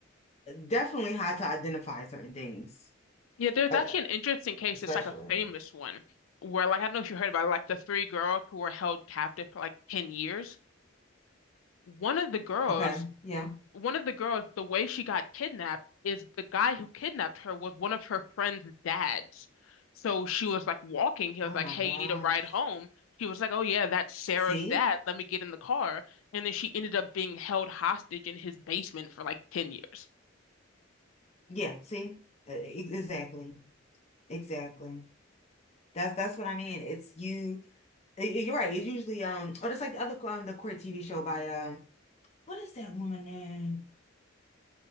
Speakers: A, on the left; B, on the left.
A: definitely how to identify certain things
B: yeah, there's
A: uh,
B: actually an interesting case,
A: especially.
B: it's like a famous one where like I don't know if you heard about it, like the three girls who were held captive for like 10 years. One of the girls
A: Okay, yeah.
B: one of the girls, the way she got kidnapped is the guy who kidnapped her was one of her friend's dads. So she was like walking. He
A: Oh
B: was like,
A: my
B: Hey,
A: gosh.
B: you need a ride home? She was like, Oh, yeah, that's Sarah's
A: See?
B: dad. Let me get in the car. And then she ended up being held hostage in his basement for like 10 years.
A: Yeah, see? E- e- Exactly. Exactly. That's that's what I mean. It's you y- y- you're right. It's usually um or just like the other um the court TV show by um what is that woman name?